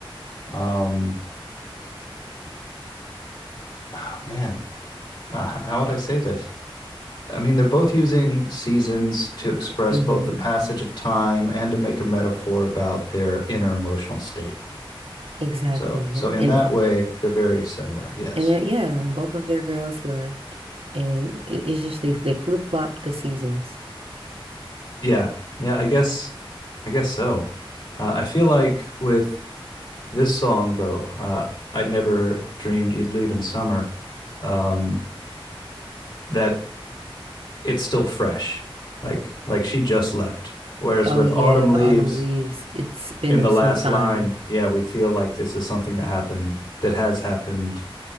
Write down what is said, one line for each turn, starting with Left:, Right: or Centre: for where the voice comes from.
Left: um, oh, man, uh, how would I say this? I mean, they're both using seasons to express
Right: Mm-hmm.
Left: both the passage of time and to make a metaphor about their inner emotional state.
Right: Exactly.
Left: So, so in
Right: And
Left: that
Right: it-
Left: way, they're very similar. Yes.
Right: and then, yeah, both of their girls left, and it, it's just they they flip flop the seasons.
Left: Yeah, yeah, I guess, I guess so. Uh, I feel like with this song though, uh, I'd never dreamed you'd leave in summer, um, that it's still fresh, like like she just left. Whereas
Right: Oh
Left: with
Right: yeah,
Left: autumn leaves
Right: autumn leaves. It's been
Left: in the
Right: some
Left: last
Right: time.
Left: line, yeah, we feel like this is something that happened that has happened.